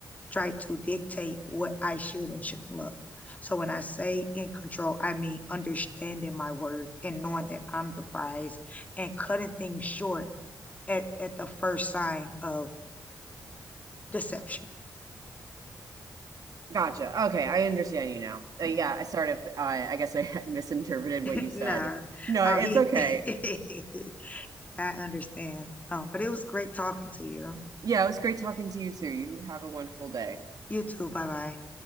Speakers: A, on the left (about 20°); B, on the right (about 65°).
A: try to dictate what I should and shouldn't love. So when I say in control, I mean understanding my worth and knowing that I'm the prize and cutting things short at, at the first sign of deception.
B: gotcha okay i understand you now uh,
A: Yeah.
B: yeah i sort of uh, i guess i <laughs> misinterpreted
A: <laughs>
B: what you said
A: nah.
B: no
A: Oh,
B: it's
A: he
B: okay
A: <laughs> I understand. Um, but it was great talking to you.
B: yeah it was great talking to you too you have a wonderful day
A: You too. Bye bye.